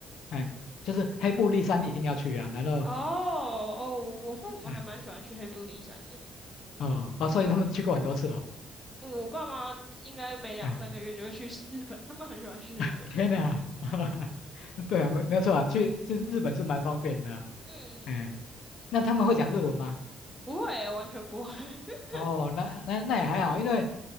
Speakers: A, on the left; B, in the centre.
A: 哎，就是黑布利山一定要去啊，然后，
B: 哦哦，我父母还蛮喜欢去黑部立山的。
A: 哎，哦，哦，所以他们去过很多次哦，
B: 我爸妈应该每两三个月就会去日本，
A: 哎。
B: 他们很喜欢去日本。
A: <laughs> 天哪，<laughs> 对啊，没没有错啊，去去日本是蛮方便的啊，
B: 嗯嗯，
A: 嗯，
B: 嗯
A: 那他们会讲日文吗？
B: 不会欸完全不会。<laughs>
A: 哦，那那那也还好，因为